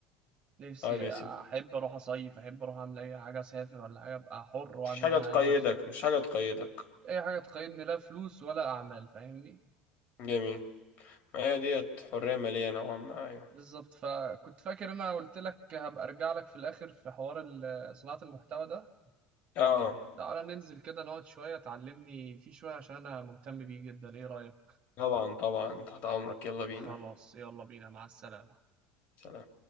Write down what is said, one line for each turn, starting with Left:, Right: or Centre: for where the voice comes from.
Right: نفسي
Left: طيب يا سيدي
Right: احب اروح اصيف احب اروح اعمل اي حاجه اسافر ولا حاجه ابقى حر واعمل
Left: مش حاجة
Right: اللي انا
Left: تقيدك
Right: عايزه بسهوله
Left: مش حاجة تقيدك
Right: اي حاجه تقيدني لا فلوس ولا اعمال فاهمني
Left: جميل ما هي ديت حرية مالية نوعا ما أيوه
Right: بالظبط فكنت فاكر انا قلت لك هبقى ارجع لك في الاخر في حوار ال- صناعه المحتوى ده
Left: آه
Right: تعالى ننزل كده نقعد شويه تعلمني فيه شويه عشان انا مهتم بيه جدا ايه رايك
Left: طبعا طبعا تحت أمرك يلا بينا
Right: خلاص يلا بينا مع السلامه
Left: سلام